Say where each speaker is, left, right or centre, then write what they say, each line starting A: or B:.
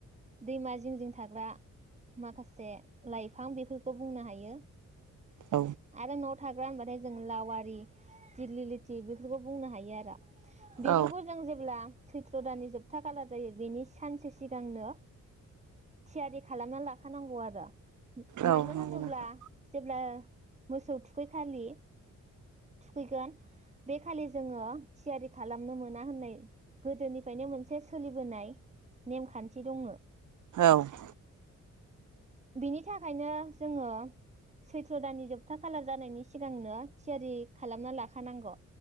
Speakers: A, on the right (about 25°); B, on the right (about 85°).
A: दैमा जिं जिं थाग्रा माखासे लाइफां बेफोरखौ बुंनो हायो।
B: औ
A: आरो न थाग्रा होनबाथाय जोङो लावारि दिग्लि लिथि बेफोरखौ बुंनो हायो आरो। बेफोरखौ
B: औ
A: जों जेब्ला सै थो दानि जोबथा खालार जायो बेनि सानसे सिगांनो थियारि खालामना लाखानांगौ आरो। मानो
B: औ नंगौ
A: होनोब्ला
B: नोंथां
A: जेब्ला मोसौ थुखैखालि थुखैगोन बे खालि जोङो थियारि खालामनो मोना होननाय गोदोनि बेफ्रायनो मोनसे सोलिबोनाय नेमखान्थि दङ।
B: औ
A: बिनि थाखायनो जोङो सैथ्र' दाननि जोबथा खालार जानायनि सिगांनो थियारि खालामना लाखानांगौ